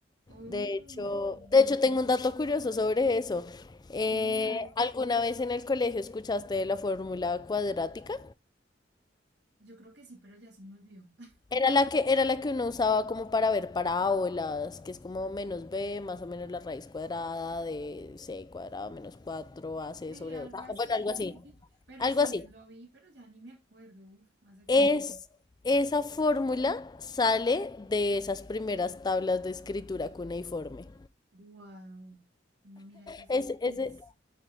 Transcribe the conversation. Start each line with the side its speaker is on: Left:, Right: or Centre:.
Right: oh,
Left: De hecho, de hecho tengo un dato curioso sobre eso. Eh,
Right: sí, a ver,
Left: ¿alguna vez en el colegio escuchaste de la fórmula cuadrática?
Right: yo creo que sí, pero ya se me olvidó. <laughs>
Left: Era la que, era la que uno usaba como para ver parábolas, que es como menos b, más o menos la raíz cuadrada de c cuadrado menos 4 ac
Right: Sí,
Left: sobre
Right: algo
Left: 2.
Right: así,
Left: Bueno, algo así.
Right: <laughs> pero
Left: Algo
Right: sí,
Left: así.
Right: lo vi, pero ya ni me acuerdo, uf, hace tiempo.
Left: Es, esa fórmula sale de esas primeras tablas de escritura cuneiforme.
Right: Wow, no, mira que, o sea,
Left: Ese,
Right: tips.
Left: ese,